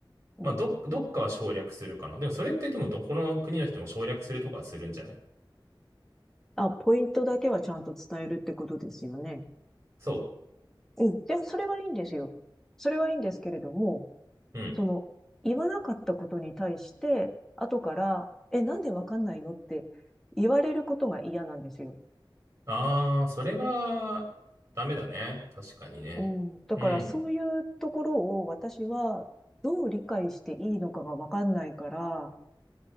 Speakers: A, in the centre; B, on the right.
A: うん。
B: まあ、ど、どっかは省略するかな。でもそれってでもどこの国の人も省略するとかはするんじゃない
A: あ、ポイントだけはちゃんと伝えるってことですよね。
B: そ
A: うん。で、それはいいんですよ。それはいいんですけれども、
B: う。うん。
A: その、言わなかったことに対して、後から、え、なんでわかんないのって言われることが嫌なんですよ。
B: ああ、それはダメだね。確かにね。
A: うん。だから、
B: うん。
A: そういうところを私は、どう理解していいのかがわかんないから、